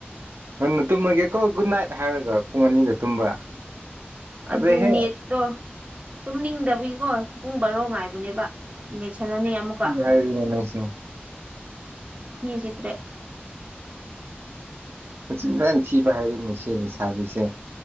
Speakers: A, on the right (about 70°); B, on the right (about 30°).
A: ꯉꯟꯅ ꯇꯨꯝꯃꯒꯦꯀꯣ ꯒꯨꯗ ꯅꯥꯏꯠ ꯍꯥꯏꯔꯒ ꯄꯨꯡ ꯑꯅꯤꯗ ꯇꯨꯝꯕ ꯑꯗꯩꯍꯦ
B: ꯑꯗꯨ ꯅꯦꯠꯇꯣ ꯇꯨꯝꯅꯤꯡꯗꯕꯤꯒꯤꯀꯣ ꯄꯨꯡ ꯕꯥꯔꯣ ꯉꯥꯏꯕꯅꯦꯕ ꯅꯦꯠ ꯁꯥꯟꯅꯅꯤꯡꯉꯦ ꯑꯃꯨꯛꯀ
A: ꯍꯥꯏꯕꯤꯔꯂꯁꯤ
B: ꯃꯤ ꯆꯗ꯭ꯔꯦ
A: ꯆꯕꯥꯟꯁꯤꯕ ꯍꯥꯏꯔ ꯃꯤꯁꯤ ꯆꯕꯤꯁꯦ